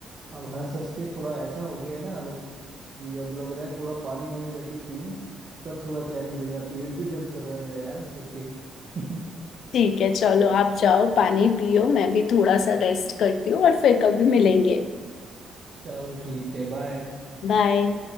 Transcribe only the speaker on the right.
अब हंस हंस के थोड़ा ऐसा हो गया है ना हालत कि अब लग रहा है थोड़ा पानी वानी जाके पीऊं तब थोड़ा चैन मिलेगा पेट भी दर्द कर रहा है मेरा यार हंस हंस के <laughs>
चलो ठीक है बाय